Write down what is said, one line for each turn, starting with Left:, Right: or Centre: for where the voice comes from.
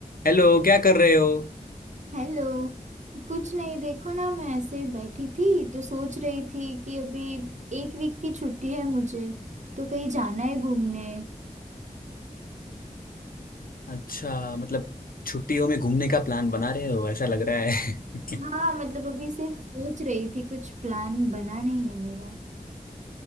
Left: Hello क्या कर रहे हो
Right: हेलो कुछ नहीं देखो ना मैं ऐसे ही बैठी थी तो सोच रही थी कि अभी एक वीक की छुट्टी है मुझे तो कहीं जाना है घूमने
Left: अच्छा मतलब छुट्टियों में घूमने का प्लान बना रहे हो ऐसा लग रहा है
Right: हाँ मतलब अभी सिर्फ सोच
Left: <laughs>
Right: रही थी कुछ प्लान बना नहीं है मेरा